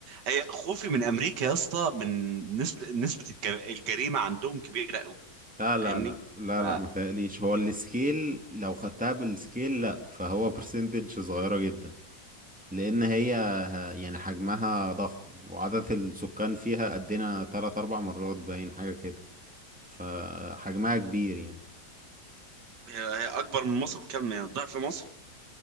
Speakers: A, on the right; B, in the centre.
A: هي خوفي من امريكا يا اسطى من نسبة نسبة الجر- الجريمة عندهم كبيرة قوي
B: لا لا
A: فاهمني
B: لا لا
A: ف-
B: لا ما تقليش هو السكيل لو خدتها بالسكيل لا فهو برسنتج صغيرة جدا لان هي يعني حجمها ضخم وعدد السكان فيها قدنا تلات أربع مرات باين حاجة كده فحجمها كبير يعني
A: هي هي اكبر من مصر بكم يعني ضعف مصر